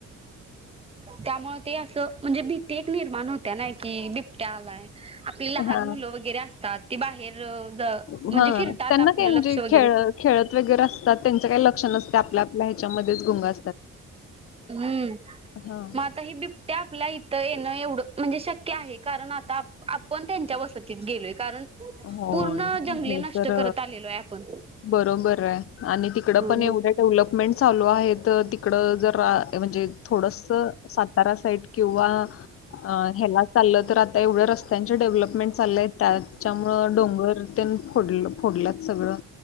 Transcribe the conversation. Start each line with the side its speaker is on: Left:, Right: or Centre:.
Right: त्यामुळे ते असं म्हणजे भीती एक निर्माण होते. क नाही कि बिबट्या आलाय आपली लहान
Left: हा
Right: मुलं वगैरे असतात, ती बाहेर अ ज
Left: हां,
Right: म्हणजे फिरतात
Left: त्यांना
Right: आपलं
Left: काय म्हणजे
Right: लक्ष वगैरे.
Left: खेळ खेळत वगैरे असतात, त्यांचं काही लक्ष आपल्या आपल्या ह्याच्यामध्येच. गुंग आ
Right: हम्म
Left: हां,
Right: म आता ही बिबट्या. आपला इथं येणं एवढं म्हणजे शक्य आहे, कारण आता आपण त्यांच्या वसतीत गेलोय कारण.
Left: होय
Right: पूर्ण जंगली
Left: हे
Right: नष्ट
Left: तर
Right: करत आलेलो आहे आपण
Left: बरोबर आहे, आणि तिकडं
Right: हम्म
Left: पण एवढ्या डेव्हलपमेंट. चालू आहेत तिकडं जरा. म्हणजे थोडस सातारा साईट किंवा ह्याला चाललं तर. आता एवढ्या रस्त्यांचे डेव्हलपमेंट चालले आहेत त्यात. त्यामुळे डोंगर त्या फड फोडल्यात सगळं